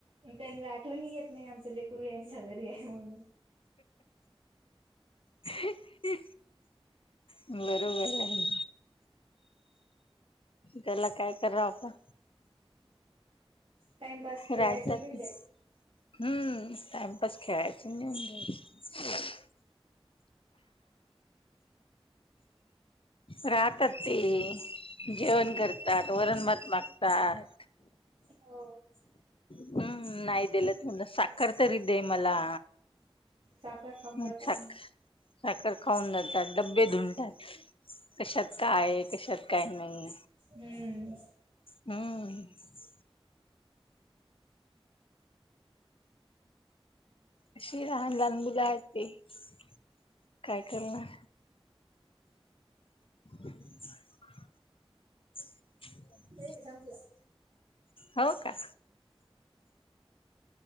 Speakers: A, on the right (about 65°); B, on the left (about 60°).
A: त्यांनला आठवणहि येत नाही आमचं लेकरू यांच्या घरी आहे म्हणून.
B: ह ह बरोबर आहे. त्याला काय करा आपण
A: टाइमपास खेळायचं
B: राहतात
A: लिह
B: ते
A: द्यायच.
B: हम्म टाइमपास खेळायच नऊन दयायच. राहातात ते जेवण करतात वरणमात मागतात.
A: हो.
B: हम्म नाही देला तुम साखर तररी देेय मला
A: साखर खाऊन
B: ह
A: जातात
B: सखर
A: मग.
B: साखर. खाऊन जातात डबे धुनतात. कशात काय? कशात काय नाही?
A: हम्म.
B: हम. अशी लहान लहान मुला आहेत. त काय करणार? <unintelligible> ह
A: संपलं.
B: हो का?